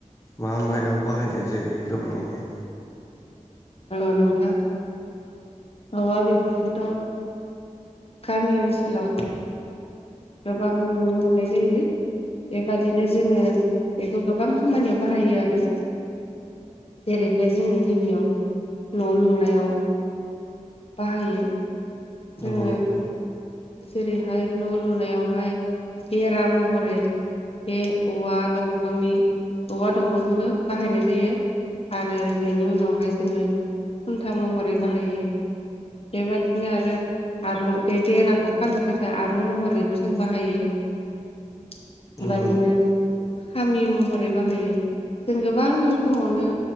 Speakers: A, on the left (about 25°); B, on the left (about 50°).
A: मा मायाव बाहायनाय जायो गोबाङैनो
B: औ नोंथां औवा बिफांखौथ' गामि ओनसोलाव गोबां नुनो मोननाय जायो बेबादिनो जोङो बेखौ गोबां खामानियाव बाहायो आरो जेरैहाय जोङो गिबियाव न' लुनायाव बाहायो जोङो
A: नंगौ नोंथां
B: जेरैहाय न' लुनायावहाय बेरा महरै बे औवा दंफांनि औवा दंफांखौनो बाहायनाय जायो आरो बेनि उनावहाय जोङो खुनथा महरै बाहायो बेबायादिनो आरो आरं बे बेरा खानो थाखाय आरं महरैबो जों बाहायो बेबाददिनो
A: नंगौ नोंथां
B: खामि महरै बाहायो जों गोबां रोखोमावनो